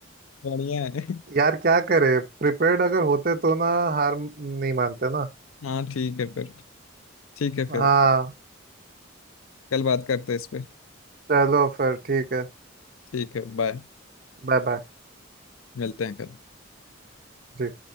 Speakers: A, on the left; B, on the right.
A: बढ़िया है
B: यार क्या करे प्रिपेयर्ड अगर होते तो ना हार नहीं मानते ना
A: हाँ ठीक है फिर ठीक है फिर
B: हाँ
A: कल बात करते हैं इस पे
B: चलो फिर ठीक है
A: ठीक है बाय
B: Bye bye
A: मिलते हैं कल
B: जी।